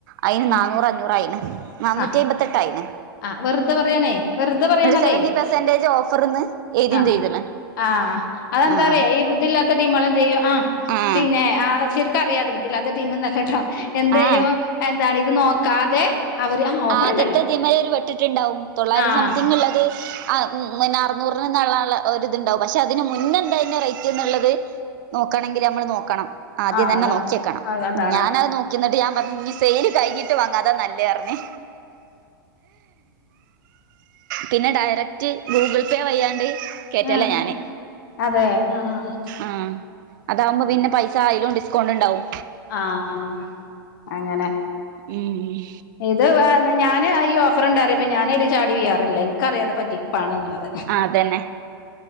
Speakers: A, on the right; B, on the left.
A: അയിന്
B: ഉം
A: നന്നൂറ് അഞ്ഞൂറായിന് നന്നൂറ്റി
B: ആഹ്
A: അൻപത്തെട്ടായിണ്
B: ആഹ് വെറുതെ പറയണേ വെറുതെ പറയാണ അതെ
A: സെവന്റി പെർസെന്റേജ് ഓഫർന്ന് എഴുതിം
B: ആഹ്
A: ചെയ്ത്ണ്
B: ആഹ് അതെന്താ
A: ആഹ്
B: പറയേ ഈ ബുദ്ധിയില്ലാത്ത <unintelligible> ടീമുകളെന്തെയ്യും ആഹ്
A: ആഹ്
B: പിന്നെ ആ ശരിക്കറിയാതെ ബുദ്ധില്ലാത്ത ടീമൊന്നും അല്ലേട്ടോ എന്തെയ്യും
A: ആഹ്
B: എന്താണ് ഇത് നോക്കാതെ അവര് ആഹ് ഓഫറുണ്ടല്ലോ
A: ആദ്യത്തെ തിമര് ഒരു വെട്ടിട്ടുണ്ടാവും തൊള്ളായിരത്തി
B: ആഹ്
A: സംതിങ്ങുള്ളത് ആഹ് ഉം മുന്ന് അറുന്നൂറിന്ന്ള്ള ള്ള ഒര് ഇതുണ്ടാവും. പക്ഷെ അതിന് മുന്നെ എന്തായിന്ന് റേറ്റ് എന്നുള്ളത് നോക്കണെങ്കില് നമ്മള് നോക്കണം. ആദ്യം
B: ആഹ്
A: തന്നെ
B: അതാണ്
A: നോക്കിയെക്കണം.
B: ആഹ് അതാണ്
A: ഞാനത് നോ ക്കി ഇന്നട്ട് ഞാൻ പറഞ്ഞ് ഇഞ്ഞ് സെയില് കഴിഞ്ഞിട്ട് വാങ്ങാ അതാ നൽ ലേ പർഞ്ഞ്. പിന്നെ ഡയറക്റ്റ് ഗൂഗിൾ പേ വയ് യാണ്ട് കേറ്റലാ
B: ഉം
A: ഞാന്.
B: അതെ ആഹ്
A: ആഹ് അതാവുമ്പം
B: അങ്ങനെ
A: പിന്നെ പൈസ അയിലും ഡിസ്കൗണ്ട് ണ്ടാവും.
B: ആഹ് അങ്ങനെ.
A: ഉം
B: ഇത് അ എന്താ ഞാന് ഈ ഓഫർ ഉണ്ട് അറിമ്പം ഞാനയില് ചാടി വീയാറില്ല ഇനക്കറിയാ അത് പറ്റിപ്പാണ് ന്നുള്ളത്.
A: ആഹ് അതന്നെ.